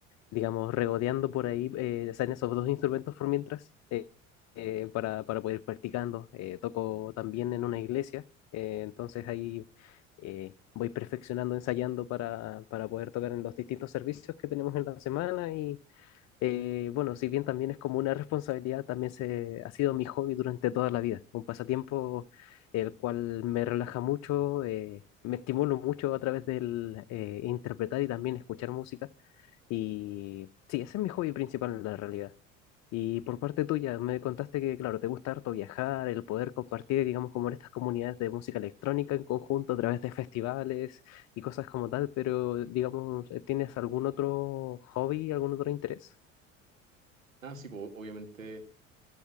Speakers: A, on the left; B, on the right.
A: digamos, regodeando por ahí, eh, o sea, en esos dos instrumentos por mientras, eh, eh, para, para poder ir practicando. Eh, toco también en una iglesia, eh, entonces ahí eh, voy perfeccionando, ensayando para, para poder tocar en los distintos servicios que tenemos en la semana y eh, bueno, si bien también es como una responsabilidad, también se, ha sido mi hobby durante toda la vida, un pasatiempo el cual me relaja mucho, eh, me estimulo mucho a través del eh, interpretar y también escuchar música. Y sí, ese es mi hobby principal en la realidad. Y por parte tuya, me contaste que, claro, te gusta harto viajar, el poder compartir, digamos, como en estas comunidades de música electrónica en conjunto a través de festivales y cosas como tal, pero, digamos, ¿tienes algún otro hobby, algún otro interés?
B: Ah, sí, po, obviamente